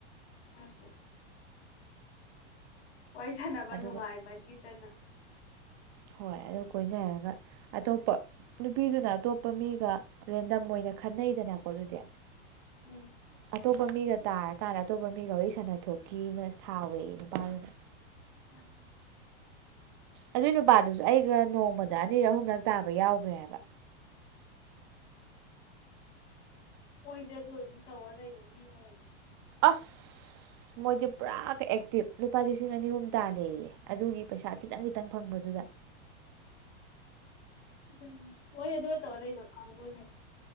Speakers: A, on the left; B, on the right.
A: ꯃꯔꯛꯇ ꯋꯥꯔꯤ ꯁꯅꯕ
B: ꯑꯗꯨꯒ
A: ꯅꯨꯡꯉꯥꯏꯃꯟꯈꯤꯗꯅ
B: ꯍꯣꯏ ꯑꯗꯨ ꯀꯣꯏꯅꯔꯒ ꯑꯇꯣꯞꯄ ꯅꯨꯄꯤꯗꯨꯅ ꯑꯇꯣꯞꯄ ꯃꯤꯒ ꯔꯦꯟꯗꯝ ꯑꯣꯏꯅ ꯈꯟꯅꯩꯗꯅꯀꯣ ꯑꯗꯨꯗꯤ
A: ꯎꯝ
B: ꯑꯇꯣꯞꯄ ꯃꯤꯒ ꯇꯥꯔꯀꯥꯟꯗ ꯑꯇꯣꯞꯄ ꯃꯤꯒ ꯋꯥꯔꯤ ꯁꯥꯟꯅ ꯄꯨꯊꯣꯛꯀꯤꯅ ꯁꯥꯎꯋꯦꯌꯦ ꯅꯨꯄꯥꯗꯨꯅ
A: ꯑꯗꯨꯅꯤ
B: ꯑꯗꯨꯏ ꯅꯨꯄꯥꯗꯨꯁꯨ ꯑꯩꯒ ꯅꯣꯡꯃꯗ ꯑꯅꯤꯔꯛ ꯑꯍꯨꯝꯂꯛ ꯇꯥꯕ ꯌꯥꯎꯒ꯭ꯔꯦ ꯍꯥꯢꯕ
A: ꯃꯣꯏꯗꯤ ꯑꯗꯨ ꯑꯗꯨꯝ ꯇꯧꯔ ꯂꯩꯕ ꯃꯤ ꯑꯣꯏꯔꯝꯒꯅꯤ
B: ꯑꯁ ꯃꯣꯏꯗꯤ ꯄꯨꯔꯥꯒ ꯑꯦꯛꯇꯤꯞ ꯂꯨꯄꯥ ꯂꯤꯁꯤꯡ ꯑꯅꯤ ꯑꯍꯨꯝ ꯇꯥꯂꯦꯌꯦ ꯑꯗꯨꯒꯤ ꯄꯩꯁꯥ ꯈꯤꯇꯪ ꯈꯤꯇꯪ ꯐꯪꯕꯗꯨꯗ
A: ꯎꯝ ꯍꯣꯏ ꯑꯗ ꯇꯧꯔ ꯂꯩꯕ ꯀꯥꯡꯕꯨꯅꯦꯕ